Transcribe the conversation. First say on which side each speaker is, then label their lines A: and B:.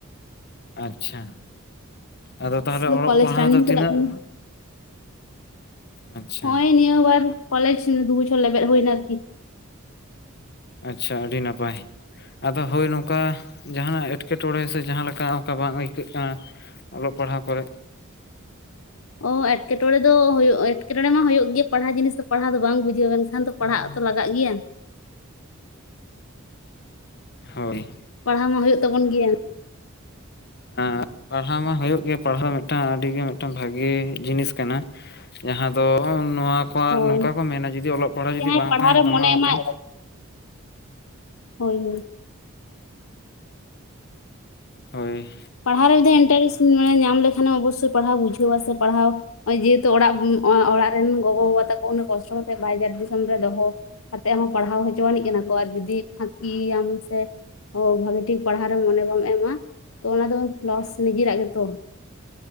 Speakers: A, on the left; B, on the left.
A: ᱟᱪᱪᱷᱟ, ᱟᱫᱚ
B: ᱱᱤᱛᱚᱜ
A: ᱛᱟᱦᱚᱞᱮ
B: ᱫᱚ
A: ᱚᱞᱚᱜ
B: ᱠᱚᱞᱮᱡᱽ
A: ᱯᱟᱲᱦᱟᱣ
B: ᱨᱟᱱᱤᱝ
A: ᱫᱚ ᱛᱤᱱᱟᱹᱜ
B: ᱪᱟᱞᱟᱜ ᱠᱟᱱᱟ
A: ᱟᱪᱪᱷᱟ
B: ᱦᱚᱜᱚᱭ ᱱᱤᱭᱟᱹ ᱵᱟᱨ ᱠᱚᱞᱮᱡᱽ ᱫᱩ ᱵᱚᱪᱷᱚᱨ ᱞᱮᱵᱮᱫ ᱦᱩᱭᱱᱟ ᱟᱨᱠᱤ᱾
A: ᱟᱪᱪᱷᱟ ᱟᱹᱰᱤ ᱱᱟᱯᱟᱭ᱾ ᱟᱫᱚ ᱦᱳᱭ ᱱᱚᱝᱠᱟ ᱡᱟᱦᱟᱸᱱᱟᱜ ᱮᱴᱠᱮᱴᱚᱬᱮ ᱥᱮ ᱡᱟᱦᱟᱸ ᱞᱮᱠᱟ ᱚᱝᱠᱟ ᱵᱟᱝ <unintelligible> ᱠᱟᱱᱟ? ᱚᱞᱚᱜ ᱯᱟᱲᱦᱟᱣ ᱠᱚᱨᱮ
B: ᱚ ᱮᱴᱠᱮᱴᱚᱬᱮ ᱫᱚ ᱦᱳᱭᱳᱜ ᱮᱴᱠᱮᱴᱚᱬᱮ ᱢᱟ ᱦᱩᱭᱩᱜ ᱜᱮ ᱯᱟᱲᱦᱟᱣ ᱡᱤᱱᱤᱥ ᱫᱚ ᱯᱟᱲᱦᱟᱣ ᱫᱚ ᱵᱟᱝ ᱵᱩᱡᱷᱟᱹᱣ ᱢᱮᱱᱠᱷᱟᱱ ᱫᱚ ᱯᱟᱲᱦᱟᱜ ᱛᱚ ᱞᱟᱜᱟᱜ ᱜᱮᱭᱟ᱾
A: ᱦᱳᱭ᱾
B: ᱯᱟᱲᱦᱟᱣ ᱢᱟ ᱦᱳᱭᱳᱜ ᱛᱟᱵᱚᱱ ᱜᱤᱭᱟ᱾
A: ᱟᱸ ᱯᱟᱲᱦᱟᱣ ᱢᱟ ᱦᱳᱭᱳᱜ ᱜᱮ ᱯᱟᱲᱦᱟᱣ ᱢᱤᱜᱴᱟᱝ ᱟᱰᱤ ᱜᱮ ᱢᱤᱜᱴᱟᱝ ᱵᱷᱟᱜᱤ ᱡᱤᱱᱤᱥ ᱠᱟᱱᱟ᱾ ᱡᱟᱸᱦᱟ ᱫᱚ ᱱᱚᱣᱟ ᱠᱚᱣᱟᱜ
B: ᱦᱳᱭ
A: ᱱᱚᱝᱠᱟ ᱠᱚ ᱢᱮᱱᱟ ᱡᱩᱫᱤ ᱚᱞᱚᱜ ᱯᱟᱲᱦᱟ ᱡᱩᱫᱤ
B: ᱡᱟᱦᱟᱸᱭ
A: ᱵᱟᱝ
B: ᱯᱟᱲᱦᱟᱣ
A: ᱛᱟᱸᱦᱮᱱ
B: ᱨᱮ
A: ᱛᱟᱢᱟ
B: ᱢᱚᱱᱮ
A: ᱚᱝᱠᱟ᱾
B: ᱮᱢᱟᱭ ᱦᱳᱭ ᱦᱳᱭ᱾
A: ᱦᱳᱭ᱾
B: ᱯᱟᱲᱦᱟᱣ ᱨᱮ ᱢᱤᱫ ᱫᱷᱟᱣ ᱤᱱᱴᱟᱨᱮᱥ ᱢᱟᱱᱮ ᱧᱟᱢ ᱞᱮᱠᱷᱟᱱᱮᱢ ᱚᱵᱚᱥᱥᱳᱭ ᱯᱟᱲᱦᱟᱣ ᱵᱩᱡᱷᱟᱹᱣ-ᱟ ᱥᱮ ᱯᱟᱲᱦᱟᱣ ᱚᱸᱭ ᱡᱮᱦᱮᱛᱩ ᱚᱲᱟᱜ ᱚᱲᱟᱜ ᱨᱮᱱ ᱜᱚᱜᱚ-ᱵᱟᱵᱟ ᱛᱟᱠᱚ ᱩᱱᱟᱹᱜ ᱠᱚᱥᱴᱚ ᱠᱟᱛᱮᱜ ᱵᱟᱭᱡᱟᱨ ᱫᱤᱥᱚᱢ ᱨᱮ ᱫᱚᱦᱚ᱾ ᱠᱟᱛᱮ ᱦᱚᱸ ᱯᱟᱲᱦᱟᱣ ᱦᱚᱪᱚᱣᱟᱱᱤᱡ ᱠᱟᱱᱟ ᱠᱚ ᱟᱨ ᱡᱩᱫᱤ ᱯᱷᱟᱸᱠᱤᱭᱟᱢ ᱥᱮ ᱦᱳᱭ ᱵᱷᱟᱜᱮ ᱴᱷᱤᱠ ᱯᱟᱲᱦᱟᱣ ᱨᱮ ᱢᱚᱱᱮ ᱵᱟᱢ ᱮᱢᱟ ᱛᱚ ᱚᱱᱟ ᱫᱚ ᱞᱚᱥ ᱱᱤᱡᱮᱨᱟᱜ ᱜᱮᱛᱚ᱾